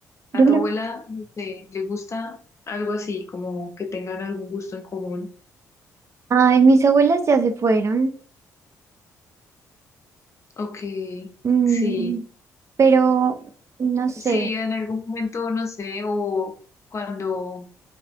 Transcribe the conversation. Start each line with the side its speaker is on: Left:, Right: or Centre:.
Right: <laughs>
Left: A
Right: Yo creo.
Left: tu abuela, no sé, le gusta algo así, como que tengan algún gusto en común,
Right: Ay, mis abuelas ya se fueron.
Left: o que
Right: Mm,
Left: sí,
Right: pero no sé.
Left: sí, en algún momento, no sé, o cuando,